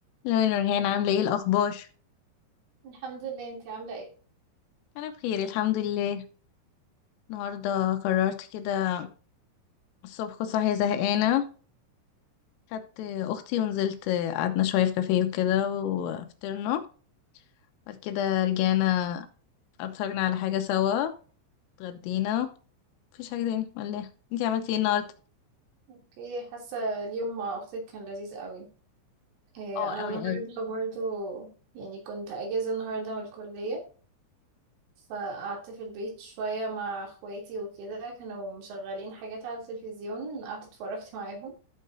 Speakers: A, on the left (about 85°); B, on the right (about 75°).
A: لو نورهان عاملة ايه إيه الأخبار؟
B: الحمد لله انتي عاملة ايه
A: أنا بخير الحمد لله النهاردة قررت كده الصبح كنت صاحية زهقانة خدت أختي ونزلت قعدنا شوية في كافيه وكده وفطرنا بعد كده رجعنا اتفرجنا على حاجة سوا اتغدينا مفيش حاجة تاني ولا انتي عملتي ايه النهاردة؟
B: اوكي حاسة اليوم مع اختك كان لذيذ قوي ايه
A: اه
B: انا
A: أوي
B: النهاردة
A: أوي
B: برضو يعني كنت اجازة النهاردة من الكلية فقعدت في البيت شوية مع اخواتي وكده كانوا مشغلين حاجات على التلفزيون قعدت اتفرجت معاهم